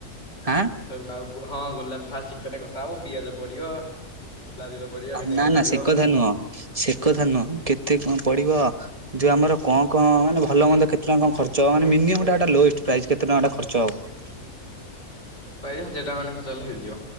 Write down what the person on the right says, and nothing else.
ହାଁ
ନା ନା
ସେ କଥା ନୁହଁ ସେ କଥା ନୁହଁ କେତେ କଣ ପଡିବ ଯୋଉ ଆମର ଙ୍କ ଙ୍କ ମାନେ ଭଲ ମନ୍ଦ କେତ କେତେ ଟଙ୍କା ଖର୍ଚ ହବ, ମାନେ ମିନିମମ୍ ଟା ଲୋଇଷ୍ଟ ପ୍ପ୍ରାଇସ୍ କେତେ ଟଙ୍କା ହେଟା ଖର୍ଚ ହବ?